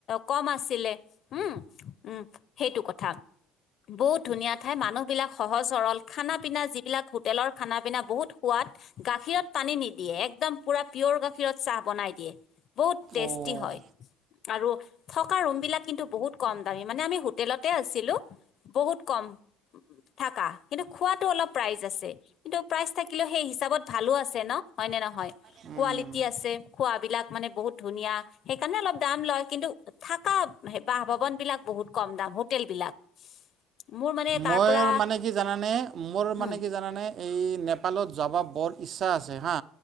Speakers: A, on the left (about 55°); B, on the right (about 55°).
A: কম আছিলে। উম উম সেইটো। কথা। বহুত ধুনীয়া ঠাই, মানুহ বিলাক সহজ সৰল। খানা পিনা যিবিলাক হোটেলৰ না পিনা বহুত সোৱাদ গাখীৰত পানী নিদিয়ে একদম পুৰা পিয়ৰ গাখীৰত চাহ বনাই দিয়ে। বহুত টেষ্টি
B: উম,
A: হয়। আৰু থকা ৰুম বিলাক কিন্তু বহুত কম দামী মানে আমি হোটেলতে আছিলো বহুত কম। থাকা কিন্তু খোৱাটো অলপ প্ৰাইজ আছে। কিন্তু প্ৰাইচ থাকিলেও সেই হিচাপত ভালো আছে ন' হয়নে নহয়?
B: উম।
A: কোৱালিটি আছে খোৱাবিলাক মানে বহুত ধুনীয়া সেইকাৰণে অলপ দাম লয় কিন্তু থাকা বাহ ভৱন বিলাক বহুত কম দাম হ হোটেল বিলাক মোৰ মানে তাৰ
B: মোৰ
A: পৰা
B: মানে কি জানানে মোৰ
A: হুম,
B: মানে কি জানানে এই নেপালত যাব বৰ ইচ্ছা আছে হা